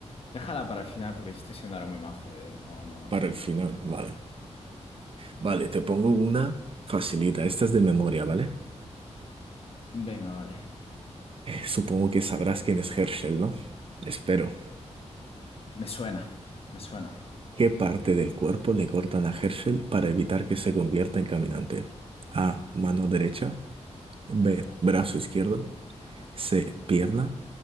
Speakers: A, on the left; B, on the right.
A: déjala para el final porque yo estoy siendo ahora muy majo, eh. No, no.
B: Para el final, vale. Vale, te pongo una facilita. Esta es de memoria, ¿vale?
A: Venga, vale.
B: Supongo que sabrás quién es Herschel, ¿no? Espero.
A: Me suena, me suena.
B: ¿Qué parte del cuerpo le cortan a Herschel para evitar que se convierta en caminante? A. Mano derecha. B. Brazo izquierdo. C. Pierna.